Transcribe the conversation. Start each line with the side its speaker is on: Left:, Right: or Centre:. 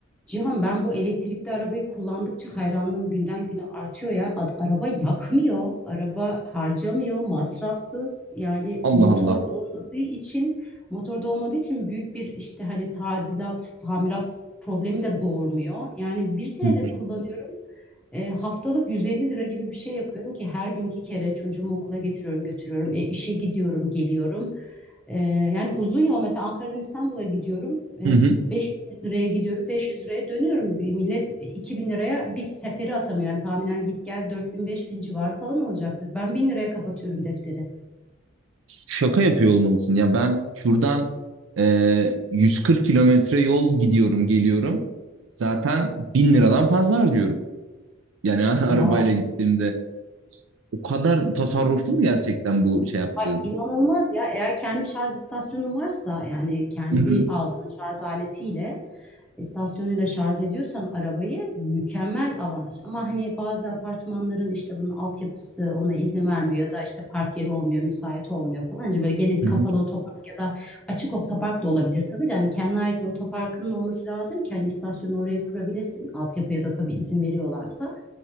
Centre: Cihan ben bu elektrikli arabayı kullandıkça hayranlığım günden güne artıyor ya. A- Araba yakmıyor, araba harcamıyor, masrafsız. Yani
Right: Allah
Centre: motor
Right: Allah.
Centre: da olmadığı için, motor da olmadığı için büyük bir işte hani tadilat, tamirat problemi de doğurmuyor. Yani bir senedir
Right: Hı hı.
Centre: kullanıyorum. E, haftalık 150 lira gibi bir şey yapıyorum ki her gün iki kere çocuğumu okula getiriyorum, götürüyorum. E, işe gidiyorum, geliyorum. E, yani uzun yol mesela Ankara'dan İstanbul'a gidiyorum. E,
Right: Hı hı.
Centre: 500 liraya gidiyorum, 500 liraya dönüyorum. Bir millet 2000 liraya bir seferi atamıyor. Yani tahminen git gel 4000 bin civarı falan olacaktır. Ben 1000 liraya kapatıyorum defteri.
Right: Şaka yapıyor olmalısın. Ya ben şuradan e, 140 kilometre yol gidiyorum, geliyorum. Zaten 1000 liradan fazla harcıyorum. Yani <laughs> arabayla
Centre: Ya
Right: gittiğimde o kadar tasarruflu mu gerçekten bu şey yaptığın?
Centre: Ay, inanılmaz ya. Eğer kendi şarj istasyonun varsa yani kendi
Right: Hı hı.
Centre: aldığın şarj aletiyle e, istasyonuyla şarj ediyorsan arabayı mükemmel avantaj. Ama hani bazı apartmanların işte bunun altyapısı ona izin vermiyor ya da işte park yeri olmuyor, müsait olmuyor falan. Hani böyle gelip
Right: Hı
Centre: kapalı
Right: hı.
Centre: otopark ya da açık otopark da olabilir tabii de hani kendine ait bir otoparkının olması lazım ki hani istasyonu oraya kurabilesin. Altyapıya da tabii izin veriyorlarsa.